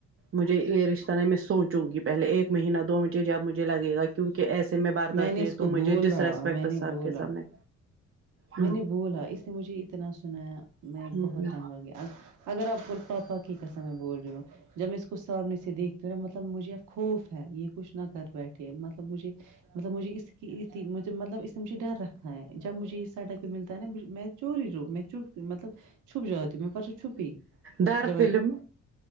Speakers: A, on the right; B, on the right.
A: مجھے یہ رشتہ نہیں میں سوچوں گی پہلے ایک مہینہ دو مجھے جب جھ لگے گا کیونکہ ایسے میں برداشت
B: نے
A: نہیں
B: اس کو
A: تو مجھے
B: بولا
A: ڈس رسپیکٹ
B: میں نے
A: سب
B: بولا
A: کے سامنے ہ
B: میں نے بولا اس نے مجھے اتنا سنایا میں
A: ہ
B: بہت تنگ آ گیا اگر آپ بول پاپا کی قسم میں بول رہی ہو جب میں اس کو سامنے سے دیکھتی ہا مطلب مجھے اب خوف ہے یہ کچھ نہ کر بیٹھے مطلب مجھے مطلب مجھے اس اتی مچھ مطلب اس نے مجھے ڈر رکھا ہے جب مجھے ہیڈ ایک ہی ملتا ہے نا میں چور ہی رہو مطلب چھپ جاتی ہو میں پرسو چھپی
A: ڈر
B: جب میں
A: فلم